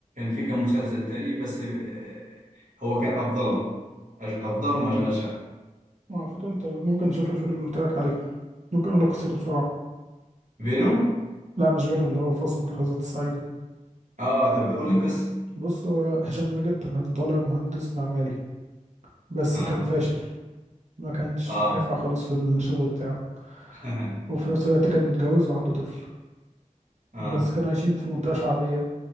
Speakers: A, on the right (about 80°); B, on the right (about 60°).
A: في كام مسلسل تاني بس آه، هو كان افضله أش- افضلهم اشغال شقه
B: وعلى فكرة انت ممكن تشوف الفيلم اللي قلت لك عليه ممكن اقول لك قصته بسرعة
A: بينهم
B: لا مش فينوم اللي هو فاصل من اللحظات السعيدة
A: اه طب قول القصه
B: بص هو هشام ماجد كان طالع مهندس معماري بس
A: اه
B: كان فاشل ما كانش
A: اه
B: نافع خالص في الشغل بتاعه
A: <laughs>
B: وفي
A: اه
B: نفس الوقت كان متجوز وعنده طفل
A: اه
B: بس كانوا عايشين في منطقة شعبية